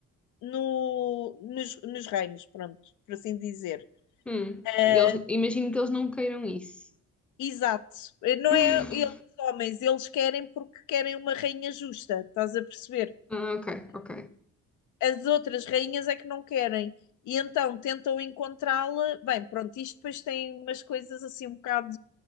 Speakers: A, on the left (about 75°); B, in the centre.
A: no, nos, nos reinos, pronto, por assim dizer.
B: Hum,
A: Eh,
B: e eles, imagino que eles não queiram isso.
A: exato, Eh, não
B: <laughs>
A: é eles homens, eles querem porque querem uma rainha justa, estás a perceber?
B: Ah, ok, ok.
A: as outras rainhas é que não querem. E então tentam encontrá-la. Bem, pronto, isto depois tem umas coisas assim um bocado